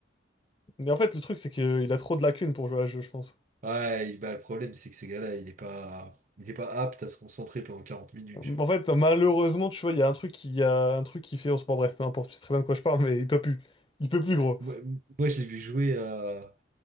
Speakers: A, on the left; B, on the right.
A: Mais en fait, le truc, c'est qu'il a trop de lacunes pour jouer à ce jeu, je pense.
B: Ouais, il- bah, le problème, c'est que ces gars-là, il est pas, il est pas apte à se concentrer pendant 40 minutes,
A: Euh,
B: genre.
A: En fait, malheureusement, tu vois, il y a un truc qui, il y a un truc qui fait en sport, bref, peu importe, tu sais très bien de quoi je parle, mais il peut plus. Il peut plus, gros.
B: Moi, moi, je l'ai vu jouer à.